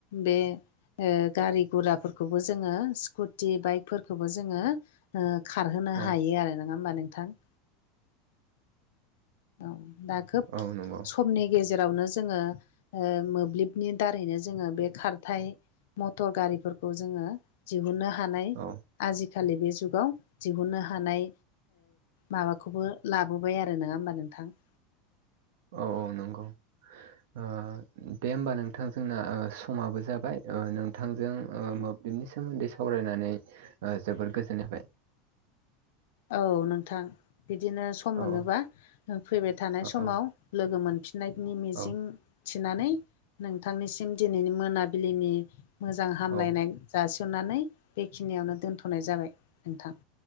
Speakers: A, on the left; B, on the right.
A: बे गारि गुराफोरखौबो जोङो स्कुटि बाइकफोरखौबो जोङो। खारहोनो
B: औ
A: हायो आरो नङा होमबा नोंथां? औ दा खोब
B: औ नंगौ
A: समनि गेजेर रावनो जोङो मोब्लिबनि दारैनो जोङो बे खारथाय मटर गारिफोरखौ जोङो दिहुननो हानाय।
B: औ
A: आजिखालि बे जुगाव दिहुननो हानाय माबाखौबो लाबोबाय आरो नङा होमबा नोंथां?
B: औ औ नंगौ। दे होमबा नोंथांजोंना समाबो जाबाय नोंथांजों म बिनि सोमोन्दै सावरायनानै जोबोर गोजोन होबाय।
A: औ नोंथां बिदिनो सम मोनोबा
B: औ औ
A: फैबाय थानाय समाव
B: औ
A: लोगो मोनफिन थिनायनि मिजिं
B: औ
A: थिनानै नोंथांनिसिम दिनैनि मोनाबिलिनि मोजां हामलायनाय
B: औ
A: जासिननानै बेखिनियावनो दोनथ'नाय जाबाय नोंथां।